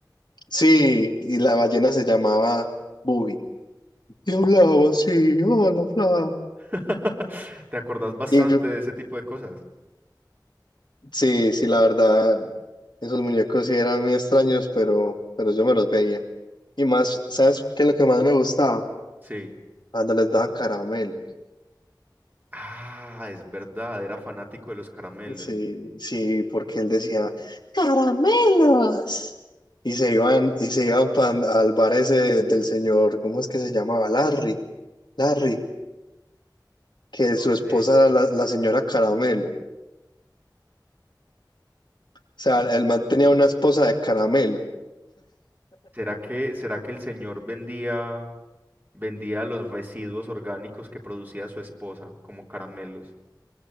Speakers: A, on the left; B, on the right.
A: Sí, y la ballena se llamaba Bubi. Y hablaba así, hola, Flap.
B: <laughs> ¿Te acordás bastante
A: Y
B: de ese tipo de cosas?
A: sí, sí, la verdad, esos muñecos sí eran muy extraños, pero, pero yo me los veía. Y más, ¿sabes qué es lo que más me gustaba?
B: Sí.
A: Cuando les daban caramelos.
B: Ah, es verdad, era fanático de los caramelos.
A: Sí, sí, porque él decía, ¡caramelos! Y se iban, y se iban pan- al bar ese del señor, ¿cómo es que se llamaba? Larry, Larry, que
B: No
A: su esposa
B: sé.
A: era la la señora Caramelo. sea,
B: ¿Cómo-
A: el man tenía una esposa de caramelo.
B: ¿Será que, será que el señor vendía, vendía los residuos orgánicos que producía su esposa como caramelos?